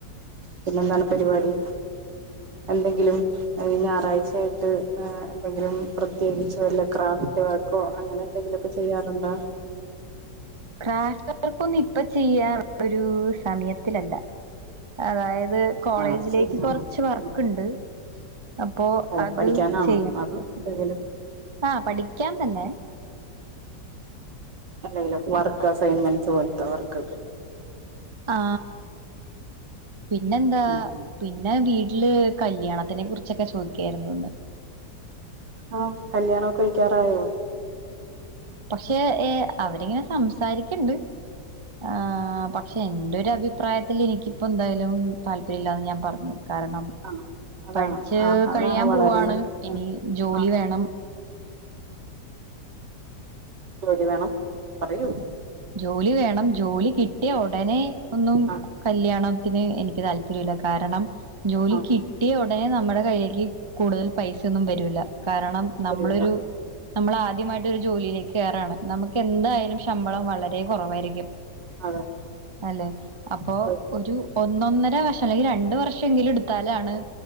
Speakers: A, on the right (about 80°); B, on the right (about 25°).
A: പിന്നെന്താണ് പരിപാടി എന്തെങ്കിലും ഞായറാഴ്ചയായിട്ട് എന്തെങ്കിലും പ്രത്യേകിച്ച് വല്ലാ ക്രാഫ്റ്റ് വർക്ക് ക്കേ അങ്ങനെ എന്തെങ്കിലുമൊക്കെ ചെയ്യാറുണ്ടോ
B: ക്രാഫ്റ്റ് വർക്കൊന്നും ഇപ്പൊ ചെയ്യൻ ഒരു സമയത്തിലല്ല അതായത് അത് കോളേജിലേക്ക്
A: ആ അത് ശരിയാണ്
B: കൊറച്ച് വർക്ക്ണ്ട്
A: ഉം
B: അപ്പോ
A: ഓ
B: അത്
A: പഠിക്കാനാണോ
B: ചെയ്യണം
A: അതോ എന്തെങ്കിലും
B: ആ പഠിക്കാൻ തന്നെ
A: അല്ലേലും വർക്ക് അസൈൻമെന്റ്സ് പോലത്തെ വർക്ക് ഒക്കെണ്ടാവും
B: ആ പിന്നെന്താ
A: ഉം
B: പിന്നെ വീട് വീട്ടില് കല്യാണത്തിനെ കുറിച്ചൊക്കെ ചോദിക്കായിരുന്നുന്ന്
A: ആ കല്യാണം ഒക്കെ കഴിക്കാറായോ
B: പക്ഷെ അവരിങ്ങനെ സംസാരിക്കണ്ട് ആ പക്ഷെ എന്റെ അഭിപ്രായത്തിൽ എനിക്കിപ്പോ എന്തായാലും താല്പര്യം ഇല്ലാന്ന് ഞാൻ പറഞ്ഞു കാരണം
A: ആ അതാണ്
B: പഠിച്ച്
A: ആ അതാണ്
B: കഴിയാൻപോവാണ്
A: വളരെ നല്ലത്
B: ഇനി ജോലിവേണം
A: ആ ആ ജോലിവേണം പറയൂ
B: ജോലി വേണം ജോലികിട്ടിയ ഒ ഉടനെ ഒന്നും
A: ആ
B: കല്യാണം ത്തിന് എനിക്ക്താല്പര്യില്ല. കാരണം ജോലികിട്ടിയഒ
A: ആ
B: ഉടനെ നമ്മടെകയ്യിക്ക് കൂടുതൽ പൈസ്യൊന്നും വരൂല്ല. കാരണം നമ്മളൊരു
A: വരൂല
B: നമ്മളാദ്യമായിട്ടൊരു ജോലിയിലേക്ക്കേറാണ് നമുക്കെന്തായാലും ശമ്പളം വളരെകുറവായിരിക്കും.
A: അതെ
B: അല്ലെ അപ്പൊ
A: അത്
B: ഒരു ഒന്നൊന്നരവർഷം അല്ലെങ്കി രണ്ടുവർ ക്ഷെങ്കിലുംഎടുത്താലാണ്